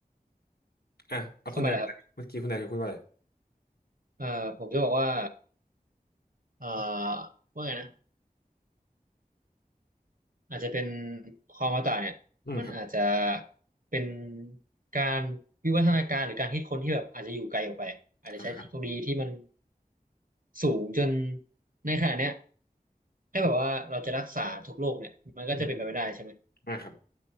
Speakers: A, on the left; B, on the right.
A: อ่ะเอาคุณแดนก่อนเมื่อกี้คุณแดนเคยพูดว่าอะไร
B: ทำไมล่ะครับ เอ่อผมจะบอกว่าเอ่อว่าไงนะอาจจะเป็นความอมตะเนี่ยมันอาจจะ
A: อืมครับ
B: เป็นการวิวัฒนาการหรือการคิดค้นที่แบบอาจจะอยู่ไกลออกไปอาจจะใช้เทคโนโลยีที่มัน
A: อ่าครับ
B: สูงจนในขณะเนี้ยถ้าแบบว่าเราจะรักษาทุกโรคเนี่ยมันก็จะเป็นไปไม่ได้ใช่ไหม
A: อืมอ่าครับ